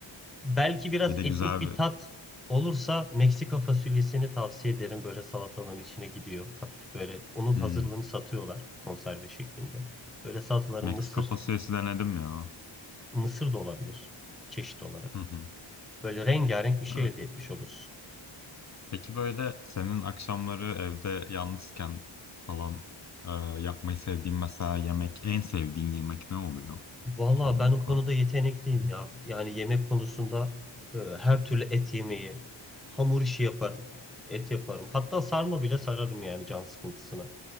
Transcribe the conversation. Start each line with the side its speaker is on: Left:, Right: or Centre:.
Centre: Belki biraz
Left: Bir de
Centre: etnik
Left: güzel
Centre: bir
Left: bir
Centre: tat olursa Meksika fasulyesini tavsiye ederim. Böyle salatalığın içine gidiyor. Hafif böyle onun hazırlığını
Left: hmm,
Centre: satıyorlar konserve şeklinde. Böyle salataların
Left: Meksika
Centre: mısır,
Left: fasulyesi denedim ya.
Centre: mısır da olabilir çeşit olarak.
Left: Hı hı.
Centre: Böyle rengarenk bir şey
Left: Evet.
Centre: elde etmiş olursun.
Left: Peki böyle senin akşamları evde yalnızken falan eee, yapmayı sevdiğin mesela yemek en sevdiğin yemek ne oluyor
Centre: Valla
Left: çoğunlukla?
Centre: ben o konuda yetenekliyim ya. Yani yemek konusunda e, her türlü et yemeği, hamur işi yaparım, et yaparım. Hatta sarma bile sararım yani can sıkıntısına.